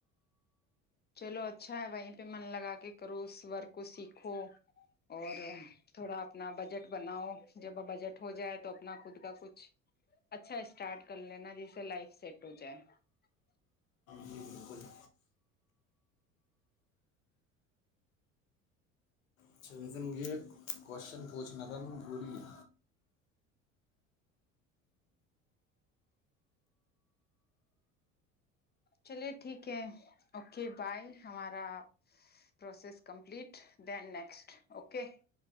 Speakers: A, on the left; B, on the left.
A: چلو اچھا ہے وہیں پہ من لگا کے کرو اس ورک کو سیکھو اور تھوڑا اپنا بجٹ بناؤ جب بجٹ ہو جائے تو اپنا خود کا کچھ اچھا اسٹارٹ کر لینا جس سے لائف سیٹ ہو جائے <unintelligible>
B: جی بالکل اچھا ویسے مجھے ایک کوشچن پوچنا تھا نہیں پوری ہے
A: چلیے ٹھیک ہے اوکے بائے ہمارا process complete then next okay